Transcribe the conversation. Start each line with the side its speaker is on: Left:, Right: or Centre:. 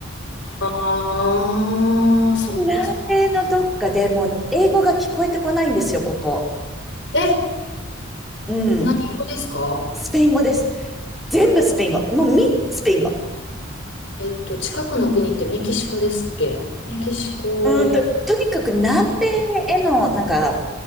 Left: ああ、そっかそっか。
Centre: 南米のどっかでもう英語が聞こえてこないんですよ、ここ。
Left: え、
Centre: うん。
Left: 何語ですか
Centre: スペイン語です。全部スペイン語。もうみんなスペイン語。
Left: えっと、近くの国ってメキシコですっけメキシコ。
Centre: うんと、とにかく南米へのなんか